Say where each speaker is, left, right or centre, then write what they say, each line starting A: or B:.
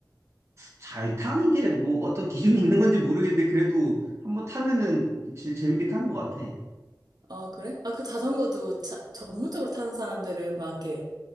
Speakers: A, on the right; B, on the right.
A: 잘 타는 게 뭐 어떤 기준이 있는 건지 모르겠는데 그래도 한번 타면은 진짜 재밌게 타는 것 같아.
B: 아, 그래? 아, 그 자전거도 자 전문적으로 타는 사람들은 막 이렇게